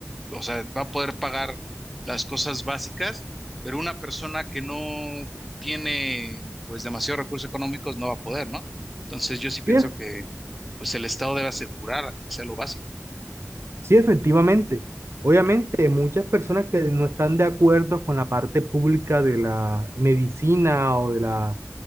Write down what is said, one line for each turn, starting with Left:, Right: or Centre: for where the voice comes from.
Centre: o sea, va a poder pagar las cosas básicas, pero una persona que no tiene pues demasiados recursos económicos no va a poder, ¿no? Entonces yo sí pienso
Right: Sí, es-
Centre: que pues el Estado debe asegurar, aunque sea lo básico.
Right: sí, efectivamente. Obviamente, muchas personas que no están de acuerdo con la parte pública de la medicina o de la